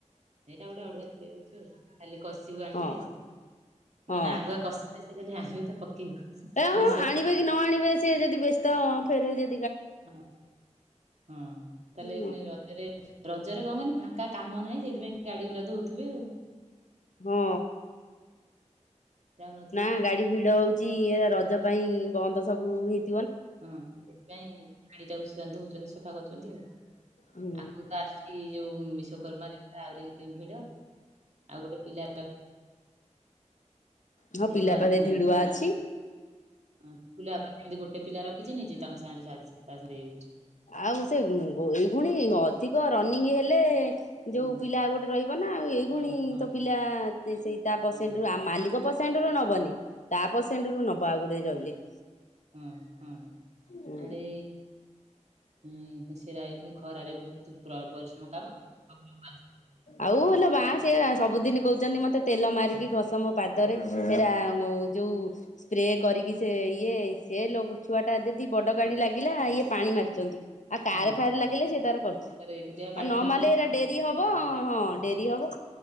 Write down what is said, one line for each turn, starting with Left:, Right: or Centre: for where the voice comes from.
Right: ଗୋଟେ ଅଡୁଆ ଛିଡେଇ ଦେଇଛୁ ଆଉ ଖାଲି କଷିବୁ ଆଣିଲେ
Left: ହଁ
Right: ଆଉ
Left: ହଁ।
Right: ନନେ ଆଗୁଆ କଷିଲେ ସେ ଖାଲି ଆଣିବେ ତ ପକେଇବୁ
Left: ଏ ଅ
Right: ପ୍ରେସର
Left: ଆଣିବେ କି ନ ଆଣିବେ ସିଏ ଯଦି ବ୍ୟସ୍ତ ଫେର ଜେ
Right: ହଁ ହଁ ତାହେଲେ
Left: ହୁଁ
Right: ଏ ଖୁଣି ରଜରେ ରଜରେ କଣ କନି ଫାଙ୍କା କାମ ନାହିଁ ସେଥିପାଇଁ ଗାଡିଗୁଡା ଧଉଥିବେ ଆଉ।
Left: ହଁ
Right: ଯାଉନଥିବେ
Left: ନା ଗାଡି ଭିଡ ହଉଛି ଚି ଏରା ରଜ ପାଇଁ ବନ୍ଦ ସବୁ -
Right: ହଁ ସେଥିପାଇଁ ଗାଡିଟାକୁ ସେଗାକୁ ଧଉଛନ୍ତି ସେ ସପା କରି ଅଛନ୍ତି ଆଉ
Left: ହୁଁ
Right: ଆଗରୁ ତ ଆସଚି ଯୋଉ ବିଶ୍ଵକର୍ମାରେ ଆହୁରି ଭିଡ ଆଉ ଗୋଟେ ପିଲା <unintelligible>
Left: ହଁ ପିଲା
Right: ଏମିତି
Left: ପା ଧେଡୁଆ ଅଛି।
Right: ଗୋଟେ ପିଲା ରଖିଛି ନିଜେ ତାଙ୍କ ସାଙ୍ଗରେ ସା ତା ସାଙ୍ଗରେ ଇଏ ହଉଛି
Left: ଆଉ ସେ ଏଇଗୁଣି ଅଧିକ ରନିଂ ହେଲେ ଯୋଉ
Right: ହଁ
Left: ପିଲା ଆଉ ଗୋଟେ ରହିବ ନା ଆଉ ଏଇଭଉଣୀ
Right: ହଁ ହଁ
Left: ତ ପିଲା ସେଇ ତା ପସେଣ୍ଟ
Right: ହଁ
Left: ରୁ ମାଲିକ ପସେ ସେଣ୍ଟରୁ ନବନି ତା ପରସେଣ୍ଟ ରୁ ନବ ଆଗୁଡେ ଯଇ କିଏ?
Right: ହୁଁ ହୁଁ
Left: ହୁଁ
Right: ଆଡେ ହୁଁ ସେରାଏଇ ପୁଣି ଖରାରେ ଭୁତ୍ ତୁ ପୁରା ପରିଶ୍ରମ କାମ ଆପଣ
Left: ଆଉ ହେଲ ବା ସେଆ ସବୁଦିନ କହୁଛନ୍ତି ମୋତେ ତେଲ ମାରିକି ଘସ ମୋ ପାଦରେ ସେରା ଯଉ ସ୍ପ୍ରେ କରିକି ସେ ଇଏ ସେ ଲ ଛୁଆ ଟା ଦିଦି ବଡ ଗାଡି ଲାଗିଲା ଇଏ ପାଣି ମାରିଛନ୍ତି ଆଉ କାର
Right: ହୁଁ
Left: ଫାର ଲାଗିଲେ ସେ ତାର କରିଛି
Right: ସେ ତାର ଏକୁଟିଆ ପାଣି
Left: ଆଉ ନ
Right: ଢାଳି
Left: ମାରିଲେ
Right: ଦେଇକି
Left: ଏରା ଡେରି ହବ ବ ହଁ ଡେରି ହବ।